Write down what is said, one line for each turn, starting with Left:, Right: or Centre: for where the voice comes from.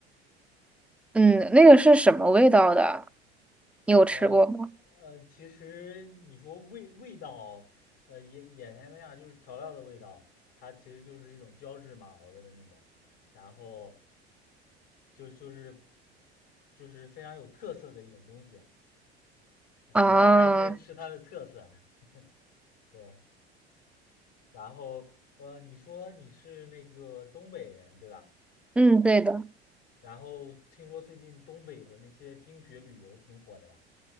Centre: 嗯，
Left: 嗯。
Centre: 那个是什么味道的？你有吃过吗？
Left: 呃呃，其实你说味味道，呃，眼眼前那样就是调料的味道，它其实就是一种胶质嘛熬的那种，然后就就是就是非常有特色的一种东西，
Centre: 啊，
Left: 主要还是吃它的特色。<laughs> 对，然后呃，你说你是那个东北人对吧？
Centre: 嗯，对的。
Left: 然后听说最近东北的那些冰雪旅游挺火的呀，